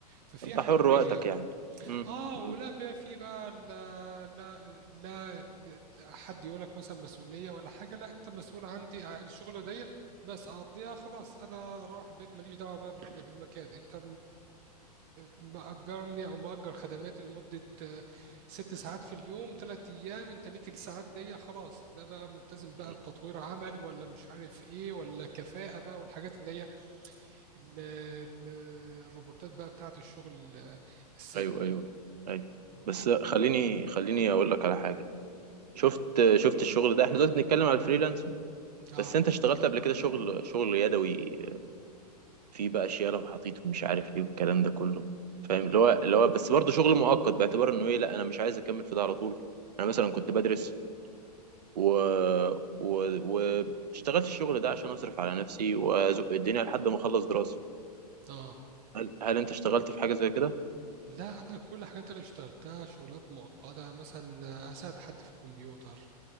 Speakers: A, on the right (about 45°); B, on the right (about 75°).
A: ففيها
B: أنت
A: حرية
B: حر وقتك يعني م-
A: آه
B: م-
A: ولا بقى في بقى لا لا لا لا حد يقولك مثلا مسؤولية ولا حاجة لا أنت مسؤول عندي الشغلة دي بس أقضيها خلاص أنا أروح البيت ماليش دعوة بقى بال- بالمكان أنت مأجرني أو مأجر خدماتي لمدة آه، ست ساعات في اليوم تلات أيام أنت ليك الساعات دي خلاص لا بقى ملتزم بقى
B: م.
A: بتطوير عمل ولا مش عارف إيه ولا كفاءة بقى والحاجات اللي هي ال- ال- الروبورتات بقى بتاعة الشغل آه، الثابت
B: أيوه أيوه
A: يعني
B: أيوه
A: م.
B: بس خليني خليني أقول لك على حاجة شفت شفت الشغل ده احنا دلوقتي بنتكلم على الفريلانس
A: آه
B: بس انت اشتغلت قبل كده شغل شغل يدوي في بقى اشياء لو حطيته مش عارف ايه والكلام ده كله فاهم اللي هو اللي هو بس برضه شغل مؤقت باعتبار انه ايه لا انا مش عايز اكمل في ده على طول انا مثلا كنت بدرس و و واشتغلت الشغل ده عشان اصرف على نفسي وازق الدنيا لحد ما اخلص دراسه
A: آه
B: هل هل انت اشتغلت في حاجه زي كده
A: لا أنا كل الحاجات اللي اشتغلتها شغلات مؤقتة مثلا أساعد حد في الكمبيوتر